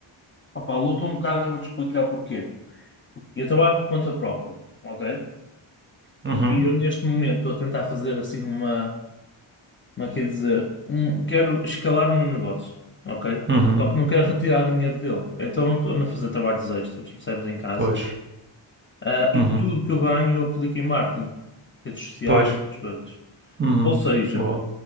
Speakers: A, on the left (about 25°); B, on the right (about 25°).
A: Ah, luto um bocado e vou-te explicar porquê. Eu trabalho por conta própria, ok?
B: Uhum.
A: E eu neste momento estou a tentar fazer assim uma, uma quer dizer, um, quero escalar o meu negócio, ok?
B: Uhum.
A: Só que não quero retirar dinheiro dele. Então estou a fazer trabalhos extras, percebes, em casa.
B: Pois.
A: Ah, e
B: Uhum.
A: tudo que eu ganho eu aplico em marketing, redes sociais,
B: Pois.
A: outras coisas.
B: Uhum.
A: Ou seja,
B: Boa,